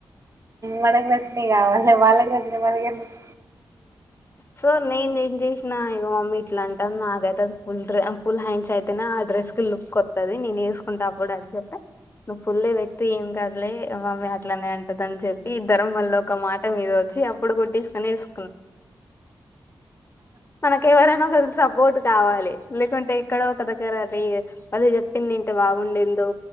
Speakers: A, on the right; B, on the left.
A: మనకు ప్రచ్చినయి కావాల వాళ్ళకి రచ్చిన మనకెందుకు.
B: సో నేను ఏం చేసిన ఇగో మమ్మీ ఇట్లా అంటాను నాకైతే అది ఫుల్ డ్ర ఫుల్ హ్యాండ్స్ అయితేనే ఆ డ్రెస్ కి లుక్ వత్తది నేను వేసుకుంటా అప్పుడు అది చెప్పి నువ్వు ఫుల్ పెట్టి ఏం కాదులే మమ్మీ అట్లనే అంటది అని చెప్పి ఇద్దరం మళ్ళ ఒక మాట మీద వచ్చి అప్పుడు కొట్టిేసుకొని వేసు మనక ఎవరైనా ఒక సపోర్ట్ కావాలి లేకుంటే ఎక్కడో ఒక దగ్గర అది అది చెప్పింది ఇంట బాగుండిందో